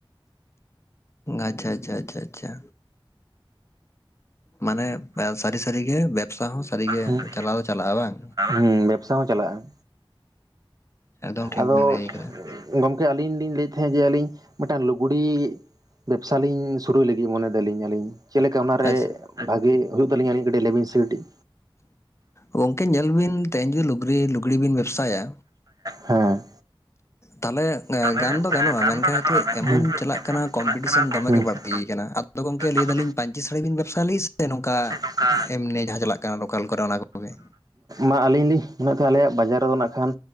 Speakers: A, on the left; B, on the right.
A: ᱟᱪᱪᱷᱟ ᱪᱷᱟ ᱪᱷᱟ ᱟᱪᱪᱷᱟ ᱢᱟᱱᱮ ᱥᱟᱹᱨᱤ ᱥᱟᱹᱨᱤᱜᱮ ᱵᱮᱵᱽᱥᱟ ᱦᱚᱸ ᱥᱟᱹᱨᱤᱜᱮ
B: ᱦᱩᱸ
A: ᱪᱟᱞᱟᱣ ᱫᱚ ᱪᱟᱞᱟᱜᱼᱟ ᱵᱟᱝ?
B: ᱦᱩᱸ ᱵᱮᱵᱽᱥᱟ ᱦᱚᱸ ᱪᱟᱞᱟᱜᱼᱟ᱾
A: ᱮᱠᱫᱚᱢ ᱴᱷᱤᱠ
B: ᱟᱫᱚ
A: ᱵᱤᱱ ᱞᱟᱹᱭ ᱠᱟᱫᱟ
B: ᱜᱚᱢᱠᱮ ᱟᱹᱞᱤᱧ ᱞᱤᱧ ᱞᱟᱹᱭᱮᱫ ᱛᱟᱦᱮᱸᱫ ᱡᱮ ᱟᱹᱞᱤᱧ ᱢᱤᱫᱴᱟᱱ ᱞᱩᱜᱽᱲᱤ ᱵᱮᱵᱽᱥᱟ ᱞᱤᱧ ᱥᱩᱨᱩᱭ ᱞᱟᱹᱜᱤᱫ ᱢᱚᱱᱮ ᱫᱟᱞᱤᱧ ᱟᱹᱞᱤᱧ᱾ ᱪᱮᱫ ᱞᱮᱠᱟ ᱚᱱᱟᱨᱮ
A: ᱟᱪᱪᱷᱟ
B: ᱵᱷᱟᱜᱮ ᱦᱩᱭᱩᱜ ᱛᱟᱹᱞᱤᱧᱟ ᱟᱹᱞᱤᱧ ᱠᱟᱹᱴᱤᱡ ᱞᱟᱹᱭᱵᱤᱱ ᱥᱤ ᱠᱟᱹᱴᱤᱡ᱾
A: ᱜᱚᱝᱠᱮ ᱧᱮᱞ ᱵᱤᱱ ᱛᱮᱦᱮᱧ ᱡᱩᱫᱤ ᱞᱩᱜᱽᱲᱤ ᱞᱩᱜᱽᱲᱤ ᱵᱤᱱ ᱵᱮᱵᱥᱟᱭᱟ
B: ᱦᱮᱸ᱾
A: ᱛᱟᱞᱦᱮ
B: ᱛᱟᱦᱚᱞᱮ
A: ᱜᱟᱱ ᱫᱚ ᱜᱟᱱᱚᱜᱼᱟ
B: ᱜᱟᱱ
A: ᱢᱮᱱᱠᱷᱟᱱ
B: ᱫᱚ ᱜᱟᱱᱚᱜᱼᱟ
A: ᱦᱤᱛᱚᱜ
B: ᱢᱮᱱᱠᱷᱟᱱ
A: ᱮᱢᱚᱱ ᱪᱟᱞᱟᱜ ᱠᱟᱱᱟ ᱠᱚᱢᱯᱤᱴᱤᱥᱮᱱ
B: ᱠᱟᱱᱟ ᱠᱚᱢᱯᱤᱴᱤᱥᱮᱱ
A: ᱫᱚᱢᱮᱜ ᱜᱮ ᱵᱟᱹᱲᱛᱤ ᱠᱟᱱᱟ ᱟ ᱛᱚ ᱜᱚᱢᱠᱮ ᱞᱟᱹᱭ
B: ᱟᱫᱚ
A: ᱫᱟᱞᱤᱧ ᱯᱟᱹᱧᱪᱤ ᱥᱟᱹᱲᱤ ᱵᱤᱱ ᱵᱮᱵᱽᱥᱟᱭ ᱞᱤᱥ ᱥᱮ ᱱᱚᱝᱠᱟ
B: ᱱᱚᱝᱠᱟ
A: ᱥᱮ ᱮᱢᱱᱤ ᱡᱟᱦᱟᱸ ᱪᱟᱞᱟᱜ ᱠᱟᱱᱟ ᱞᱳᱠᱟᱞ ᱠᱚᱨᱮ ᱚᱱᱟ ᱠᱚᱜᱮ?
B: ᱢᱟ ᱟᱹᱞᱤᱧ ᱞᱤᱧ ᱢᱮᱱᱮᱜ ᱠᱷᱟᱡ ᱟᱞᱮᱭᱟᱜ ᱵᱟᱡᱟᱨ ᱨᱮᱫᱚ ᱱᱟᱜ ᱠᱷᱟᱱ